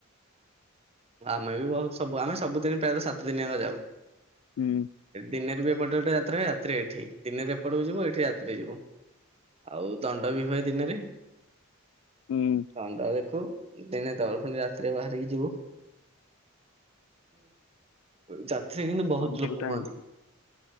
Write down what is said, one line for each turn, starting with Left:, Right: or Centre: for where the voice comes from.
Right: ଆମେ ବି ବୋହୁତ ସବୁ ଆମେ ସବୁଦିନ ପ୍ରାୟତଃ ସାତ ଦିନ ଆଙ୍କ ଯାଉ
Left: ହୁଁ
Right: ଦିନରେ ହୁଏ ଏପଟେ ଗୋଟେ ଯାତ୍ରାରେ ରାତିରେ ଏଠି ଦିନରେ ଏପଟକୁ ଯିବୁ ଏଠି ରାତିରେ ଯିବୁ। ଆଉ ଦଣ୍ଡ ବି ହୁଏ ଦିନରେ
Left: ହୁଁ
Right: ଦଣ୍ଡ ଦେଖୁ। ଦିନେ ତ ଫୁଣି ରାତିରେ ବାହାରିକି ଯିବୁ। ଯାତ୍ରାରେ କିନ୍ତୁ ବହୁତ
Left: ଗଞ୍ଜି
Right: ଲୋକ
Left: ଗୋଟେ
Right: ହୁଅନ୍ତି।
Left: ଆଣିଲି